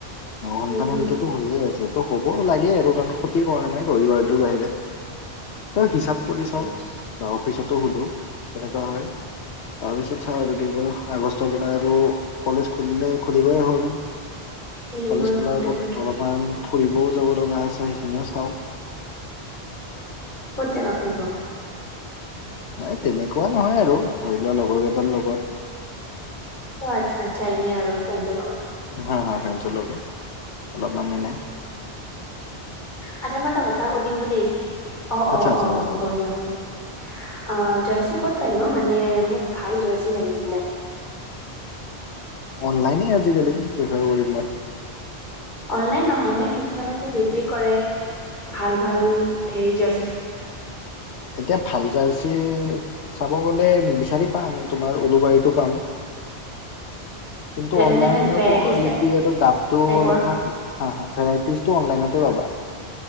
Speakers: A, on the left; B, on the left.
A: ন ঘণ্টামানকেতো
B: উম হুম
A: হৈয়ে আছে। ত হ'বও লাগে আৰু কাৰণ ক্ষতি কৰা নাই ৰবিবাৰটোৰ বাহিৰে। হিচাপ কৰি চাওঁ
B: আচ্ছা
A: বা অফিচতো সুধো কেনেকুৱা হয়। তাৰপিছত চাওঁ আগষ্টৰ পৰা আৰু কলেজ খুলিলে খুলিবই হ'ল।
B: মিলিবই
A: কলেজ খোলাৰ
B: হ'ল
A: আগত
B: তাকেতো
A: অলপমান ফুৰিবও যাব লগা আছে সেইখিনিও চাওঁ।
B: ক'ত যাবা ফুৰিব?
A: নাই তেনেকুৱা নহয় আৰু ধৰি লোৱা লগৰ কেইজন লগত।
B: অ' আচ্ছা, আচ্ছা এনে আৰু ফ্ৰেন্ছৰ লগত।
A: হা-হা ফ্ৰেণ্ডছৰ লগত অলপ মানে এনেই।
B: আচ্ছা মই এটা কথা সুধিম বুলিছো অ',
A: আচ্ছা
B: অ',
A: আচ্ছা
B: অ'
A: সুধা সুধা
B: বঢ়িয়া- বঢ়িয়া অ' জাৰ্চি ক'ত পাই ন? মানে মোক ভাল জাৰ্চি লাগিছিলে।
A: অনলাইনে আজিকালি প্ৰেফাৰ কৰিম মই।
B: অনলাইন নহয়। কিছুমানে যে বিক্ৰী কৰে ভাল-ভাল হেৰি জাৰ্চি।
A: এতিয়া ভাল জাৰ্চি চাব গ'লে বিচাৰি পাম, তোমাৰ উলুবাৰীতো পাম। কিন্তু অনলাইনে
B: মানে ভেৰাইটিজ
A: কোৱালিটি দামটো
B: টাইপৰ
A: অলপমান হা-হা ভেৰাাইটিজটো অনলাইনতে পাবা।